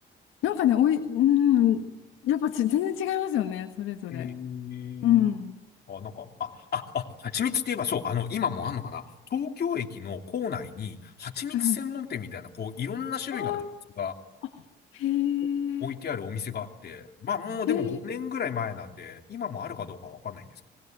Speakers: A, on the left; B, on the left.
A: なんかね、おい、うん、やっぱち、全然違いますよね、それぞれ。
B: ええ
A: うん。
B: あ、なんか、あ、あ、あ、蜂蜜って言えばそう、あの、今もあんのかな東京駅の構内に、蜂蜜専門店みたいな、
A: <laughs> はい。
B: こう、いろんな種類の蜂蜜が
A: あーあ、へえ、
B: お置いてあるお店があって、まあもうでも5年ぐらい前なんで、
A: へえ、
B: 今もあるかどうかはわかんないんですけど、